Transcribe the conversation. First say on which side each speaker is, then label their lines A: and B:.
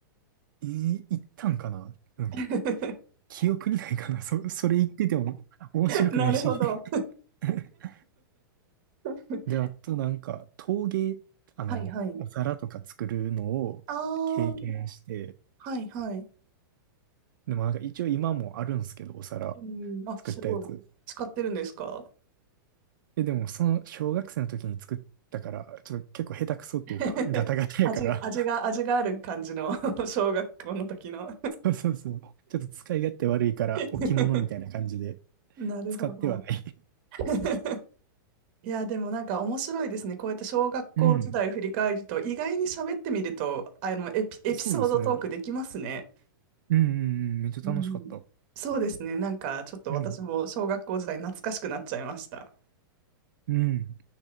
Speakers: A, on the right; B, on the right.
A: えー、行ったんかなうん
B: <laughs>
A: 記憶にないかな。そ、それ言ってても面白くないし。
B: なるほど。
A: <laughs>
B: <laughs>
A: で、あとなんか、陶芸、あの、
B: はいはい。
A: お皿とか作るのを経験して、
B: ああ、はいはい。
A: でもなんか一応今もあるんですけど、お皿
B: うん、あ、
A: 作ったやつ。
B: すごい。使ってるんですか
A: え、でもその小学生の時に作ったから、ちょっと結構下手くそっていうか、
B: <laughs>
A: ガタガタやから、
B: 味、味が、味がある感じの <laughs> 小学校の時の
A: <laughs> そうそうそう。ちょっと使い勝手悪いから、
B: <laughs>
A: 置物みたいな感じで
B: なるほど。
A: 使ってはない。
B: <laughs> いや、でもなんか面白いですね。こうやって小学校時代を振り返ると、
A: うん。
B: 意外に喋ってみると、あの、エピ、エピソードトークできますね。
A: そうですね。うんうんうん。めっちゃ楽しかった。
B: うん。そうですね。なんかちょっと私も小学校時代懐かしくなっちゃいました。
A: うん。うん。